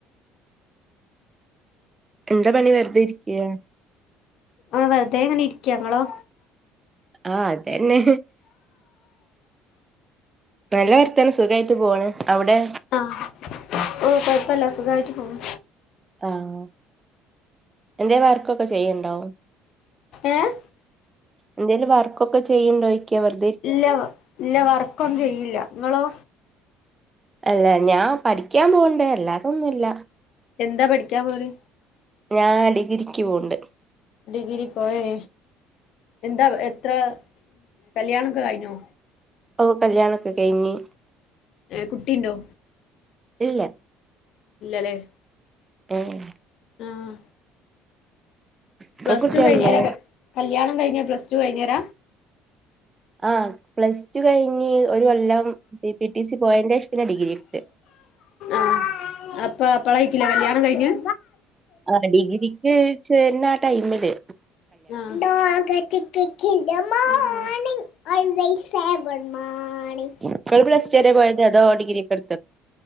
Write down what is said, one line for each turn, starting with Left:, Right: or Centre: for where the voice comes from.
Right: എന്താ പണി വെറുതെ ഇരിക്കെ
Left: ആഹ വെറുതെ ഇങ്ങനെ ഇരിക്ക ങ്ങളോ
Right: ആഹ അതന്നെ നല്ല വർത്തനം സുഖയിട്ട് പോണ് അവിടെ
Left: ആഹ് ഓഹ് കൊഴപ്പല്ല സുഖമായിട്ട് പോണ്
Right: ആഹ് എന്തെ വർക്കൊക്കെ ചെയ്ണ്ടോ
Left: ഏഹ്
Right: എന്തേലും വർക്കൊക്കെ ചെയ്ണ്ടോ ചോയ്ക്ക വെർ
Left: ഇല്ല ഇല്ല വർക്കൊന്നും ചെയ്യില്ല നിങ്ങളോ
Right: എല്ലാ ഞാ പഠിക്കാൻ പോണ്ട് അല്ലാതെ ഒന്നുല്ല
Left: എന്താ പഠിക്കാൻ പോല്
Right: ഞാൻ ഡിഗ്രക്ക് പോണ്ട്
Left: ഡിഗ്രികോ ഹെ എന്താ എത്ര കല്യാണം ഒക്കെ കഴിഞ്ഞോ
Right: ഓ കല്യാണ ഒക്കെ കഴിഞ്ഞ്
Left: ഏഹ് കുട്ടിയിണ്ടോ
Right: ഇല്ല
Left: ഇല്ലല്ലേ
Right: ഏഹെ
Left: ആഹ്
Right: ഇങ്ങക്ക്
Left: പ്ലസ്
Right: കുട്ടികളില്ലേ
Left: ടു കഴിഞ്ഞരെ കല്യാണം കഴിഞ്ഞരെ പ്ലസ് ടു കഴിഞ്ഞേര
Right: ആഹ് പ്ലസ് ടു കഴിഞ്ഞ് ഒരു കൊല്ലം പി ടി സി പോയന്റെസം പിന്നെ ഡിഗ്രി എടുത്ത്
Left: ആഹ് അപ്പഴ അപ്പഴായിക്കില്ലേ കല്യാണം കഴിഞ്ഞേ
Right: ആഹ് ഡിഗ്രിക്ക് ചേരണആ ടൈ മ് ല്
Left: ആഹാ <unintelligible> വൈ ബൈ സേ ഗുഡ് മോണിംഗ്
Right: നിക്കള് പ്ലസ് റ്റു വരെ പോയതാ തോ ഡിഗ്രിക്കെടുത്ത്